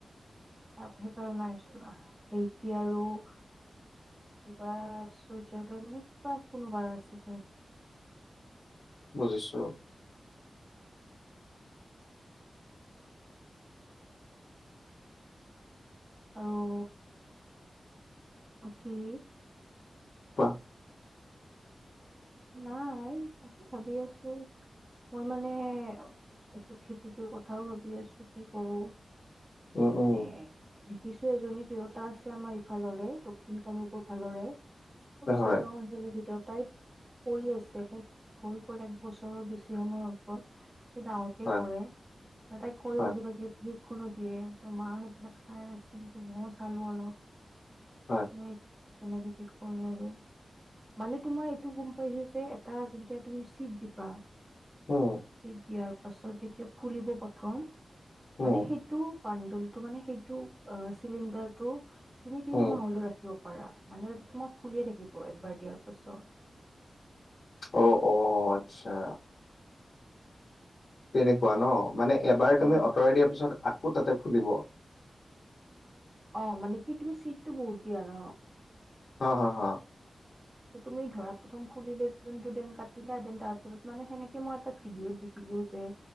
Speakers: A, on the right; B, on the left.
A: তাৰপিছত আৰু নাই চোৱা সেইতি আৰু কিবা চুইজাৰলেণ্ড নে কিবা কোনোবাৰ আছিলে।
B: বুজিছোঁ।
A: আৰু পখী
B: কোৱা
A: নাই তাকে ভাবি আছো মই মানে এইটো খেতিটোৰ কথাও ভাবি আছো কি কৰো?
B: উম,
A: মানে
B: উম,
A: দেখিছো এজনী তিয়োতা আছে আমাৰ ইফালৰে দক্ষিণ কামৰূপৰ ফালৰে। ভিতৰত
B: হয়,
A: তাই কৰি আছে তাইক হৈ গ'ল এক বছৰৰ বেছি সময় হৈ গল। ডাঙৰকে
B: হয়,
A: কৰে তাইক অ
B: হয়,
A: কিবা কিবি কোনো দিয়ে তমা সেইবিলাক চাই আছিল তো মইও চালো অলপ।
B: হয়।
A: উম। কেনেকে চিট কৰি আৰু। মানে তোমাৰ এইটো গম পাইছো যে এটা যেতিয়া তুমি ছিট দিবা।
B: উম,
A: ছিট দিয়াৰ পাছত যেতিয়া ফুলিব প্ৰথম।
B: উম,
A: মানে সেইটো। পাণ্ডুলটো মানে সেইটো চিলিণ্ডাৰটো তুমি তিনি
B: উম,
A: মাহলও ৰাখিব পাৰা, মানে তোমা ফুলিয়ে থাকিব। একবাৰ দিয়াৰ পাছত।
B: অ, অ আচ্ছা। তেনেকুৱা ন। মানে এবাৰ তুমি
A: অ
B: আঁতৰাই দিয়াৰ পিছত আকৌ তাতে ফুলিব।
A: অ মানে কি তুমি চিটটো বহুত দিয়া ন।
B: অ, হ হ।
A: তুমি ধৰা প্ৰথম ফুলিলে যোনটো দেন কাটিলা দেন তাৰ পাছত। মানে সেনেকে মই এটা ভিডিঅ'ত দেখিলো যে